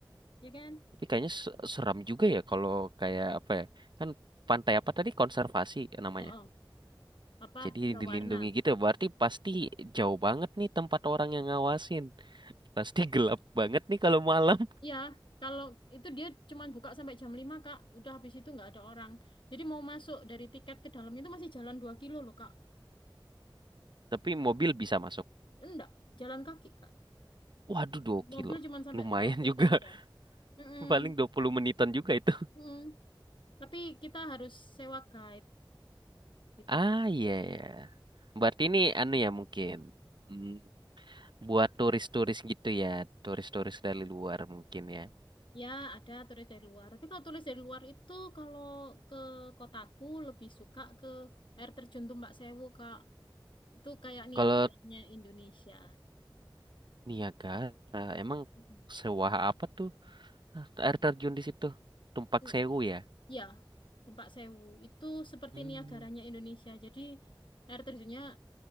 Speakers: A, on the left; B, on the right.
A: ya kan?
B: Tapi kayaknya se- seram juga ya kalau kayak apa ya? Kan pantai apa tadi konservasi namanya.
A: Oh, oh. Apa
B: Jadi
A: tiga
B: dilindungi
A: warna?
B: gitu ya. Berarti pasti jauh banget nih tempat orang yang ngawasin. Pasti gelap banget nih kalau malam.
A: Iya, kalau itu dia cuman buka sampai jam lima Kak, udah habis itu nggak ada orang. Jadi mau masuk dari tiket ke dalam itu masih jalan 2 kilo loh Kak.
B: <laughs> Tapi mobil bisa masuk.
A: Enggak, jalan kaki Kak.
B: Waduh, 2
A: Mobil
B: kilo.
A: cuman sampai
B: Lumayan
A: loket
B: juga.
A: aja. Mm-mm.
B: <laughs> Paling 20 menitan juga itu.
A: Mm-mm. Tapi kita harus sewa guide gitu
B: Ah,
A: Kak.
B: iya ya. Berarti ini anu ya mungkin. Hmm, buat turis-turis gitu ya. Turis-turis dari luar mungkin ya.
A: Ya, ada turis dari luar. Tapi kalau turis dari luar itu kalau ke kotaku lebih suka ke air terjun Tumbak Sewu, Kak. Itu kayak Niagaranya
B: Kalau
A: Indonesia.
B: Niagara, emang
A: Mm-mm.
B: sewah apa tuh? Ah, Air terjun di situ. Tumpak
A: Mm.
B: Sewu ya.
A: Ya, Tumbak Sewu itu seperti
B: Hmm.
A: Niagaranya Indonesia. Jadi air terjunnya